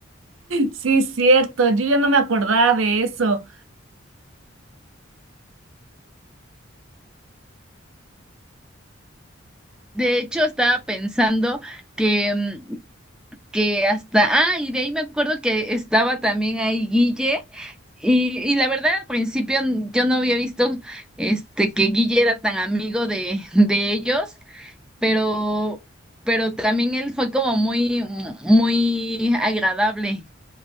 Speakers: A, on the right; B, in the centre.
A: Sí, es cierto, yo ya no me acordaba de eso.
B: De hecho, estaba pensando que, mm, que hasta, ah, y de ahí me acuerdo que estaba también ahí Guille, y, y la verdad al principio mm, yo no había visto este que Guille era tan amigo de, de ellos. pero, pero también él fue como muy, muy agradable.